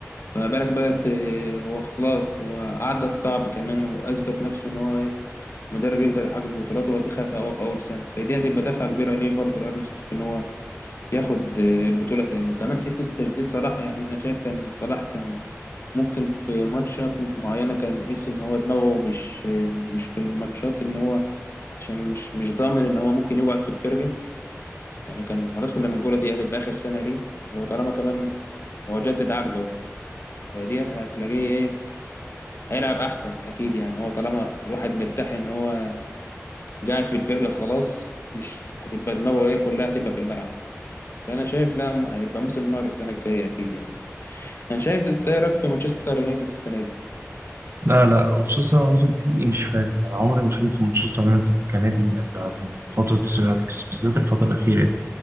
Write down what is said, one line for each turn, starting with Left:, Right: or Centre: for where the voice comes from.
Left: ما بالك بقى ت- هو خلاص هو عدى الصعب كمان وأثبت نفسه إن هو إيه مدرب يقدر يحقق بطولاته وأدي خدها هو في أول سنة فدي هتبقى دفعة كبيرة ليه برضه لأرن سلوت إن هو ياخد آه، البطولة تاني وكمان حتة تجديد صلاح يعني أنا شايف كان صلاح كان ممكن في ماتشات معينة كان بيحس إن هو دماغه مش آه، مش في الماتشات إن هو عشان مش مش ضامن إن هو ممكن يقعد في الفرقة يعني كان خلاص كنا بنقول دي هتبقى آخر سنة ليه وطالما كمان هو جدد عقده فديت هتلاقيه إيه هيلعب احسن اكيد يعني هو طالما الواحد مرتاح ان هو قاعد في الفرقه خلاص مش هتبقى دماغه هي كلها هتبقى في الملعب فانا شايف لا م- هتبقى موسم نار السنه الجايه اكيد يعني انا شايف إنت إيه رايك في مانشستر يونايتد السنه دي
Right: لا لا مانشستر يونايتد دي إيه، مش فاهم انا عمري ما فهمت مانشستر يونايتد كنادي بعد فتره سير اليكس بالذات الفتره الاخيره دي